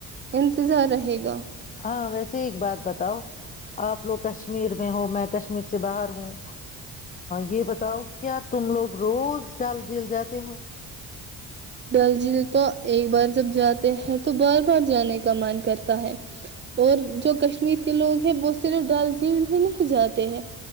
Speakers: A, on the right; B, on the left.
A: انتظار رہے گا
B: ہاں ویسے ایک بات بتاؤ آپ لوگ کشمیر میں ہو میں کشمیر سے باہر ہوں یہ بتاؤ کیا تم لوگ روز ڈال جیل جاتے ہو
A: ڈل جھیل تو ایک بار جب جاتے ہیں تو بار بار جانے کا من کرتا ہے اور جو کشمیر کے لوگ ہیں وہ صرف ڈل جھیل ہی نہیں جاتے ہیں